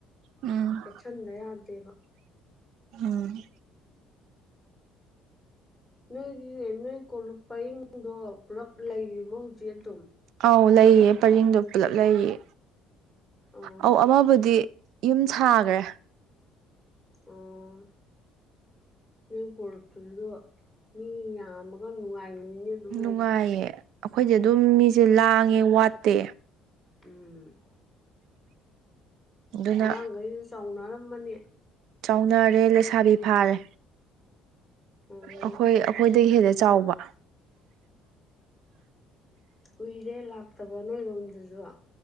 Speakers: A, on the right; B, in the centre.
A: ꯎꯝ
B: ꯆꯦꯛꯁꯟꯗ ꯌꯥꯗꯦꯕ
A: ꯎꯝ
B: ꯅꯣꯏꯒꯤ ꯅꯣꯏ ꯀꯣꯂꯨꯞ ꯄꯔꯤꯡꯗꯣ ꯄꯨꯂꯞ ꯂꯩꯔꯤꯕꯣ ꯍꯧꯖꯤꯛ ꯑꯗꯨꯝ
A: ꯑꯧ ꯂꯩꯌꯦ ꯄꯔꯦꯡꯗꯣ ꯄꯨꯂꯞ ꯂꯩꯌꯦ
B: ꯑꯣ
A: ꯑꯧ ꯑꯃꯕꯨꯗꯤ ꯌꯨꯝ ꯁꯥꯒ꯭ꯔꯦ
B: ꯑꯣ ꯅꯣꯏ ꯀꯣꯂꯨꯞꯇꯨꯁꯨ ꯃꯤ ꯌꯥꯝꯃꯒ ꯅꯨꯡꯉꯥꯏꯕꯅꯤꯅꯦ ꯑꯗꯨꯝ
A: ꯅꯨꯡꯉꯥꯏꯌꯦ
B: ꯂꯩꯕ
A: ꯑꯩꯈꯣꯏꯗꯤ ꯑꯗꯨꯝ ꯃꯤꯁꯦ ꯂꯥꯡꯉꯦ ꯋꯥꯠꯇꯦ
B: ꯎꯝ
A: ꯑꯗꯨꯅ
B: ꯑꯉꯥꯡꯈꯩꯗꯨ ꯆꯥꯎꯅꯔꯝꯃꯅꯤ
A: ꯆꯥꯎꯅꯔꯦ ꯂꯩꯁꯥꯕꯤ ꯐꯥꯔꯦ
B: ꯎꯝ
A: ꯑꯩꯈꯣꯏ ꯑꯩꯈꯣꯏꯗꯒꯤ ꯍꯦꯟꯅ ꯆꯥꯎꯕ
B: ꯀꯨꯏꯔꯦ ꯂꯥꯛꯇꯕ ꯅꯣꯏꯔꯣꯝꯗꯁꯨ